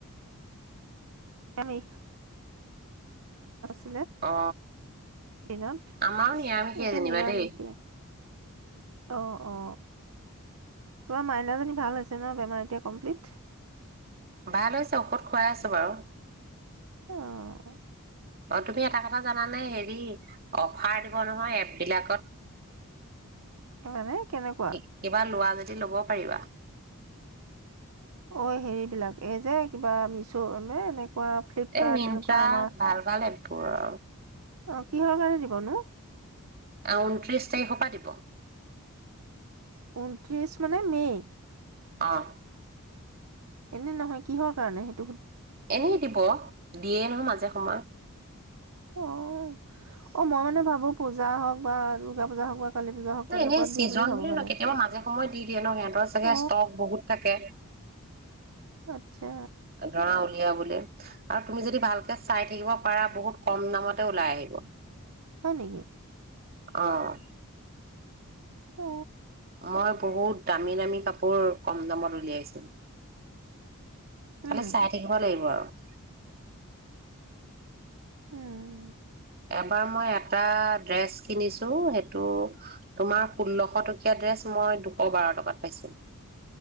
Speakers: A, on the right; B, on the right.
A: আমি <unintelligible>
B: অ
A: দিনত
B: আমাৰু নিৰামিখ সেই
A: এতিয়া
B: যেনিবা
A: নিৰামিষে
B: দেই।
A: অ অ তোমাৰ মাইনা জণী ভাল হৈছে ন বেমাৰ এতিয়া কমপ্লিট?
B: ভাল হৈছে ঔষধ খুৱাই আছো বাৰু।
A: অ।
B: অ তুমি এটা কথা জানানে হেৰি অফাৰ দিব নহয় এপ বিলাকত।
A: মানে কেনেকুৱা?
B: কি- কিবা লোৱা যদি ল'ব পাৰিবা।
A: অঐ হেৰিবিলাক এই যে কিবামিছ' মে এনে ফ্লিপকাৰ্ট
B: এই মিন্ট্ৰা
A: এনেকুৱা আমাৰ
B: ভাল ভাল এপ পৰা।
A: অ কিহৰ কাৰণে দিবনো?
B: আ ঊনত্ৰিছ তাৰিখৰ পৰা দিব।
A: ঊনত্ৰিছ মানে মে'?
B: অহ।
A: এনে নহয় কিহৰ কাৰণে সেই
B: এনেই দিব। দিয়ে নহয় মাজে সময়ত।
A: অ', অ' মই মানে ভাবো পূজা হওক বা দুৰ্গা পূজা হওক বা কালী পূজা হওক
B: নাই
A: তেনেকুৱাত
B: এনেই চিজন
A: দিয়ে ভাবো
B: বুলি
A: মানে
B: নই কেতিয়াবা মাজে সময় দি দিয়ে ন সেহেঁতৰ চাগে
A: অ
B: ষ্টক বহুত থাকে।
A: আচ্ছা
B: ধৰা উলিয়াবলে। আৰু তুমি যদি ভালকে চাই থাকিব পাৰা, বহুত কম দামতে ওলাই আহিব।
A: হয় নেকি?
B: অঁ।
A: অ
B: মই বহুত দামী, দামী কাপোৰ কম দামত উলিয়াইছো।
A: উম
B: খালি চাই থাকিব লাগিব আৰু। <inaudible>
A: উম
B: এবাৰ মই এটা ড্ৰেছ কিনিছো সেইটো তোমাৰ ষোল্লশ টকীয়া ড্ৰেছ মই দুশ বাৰ টকাত পাইছো।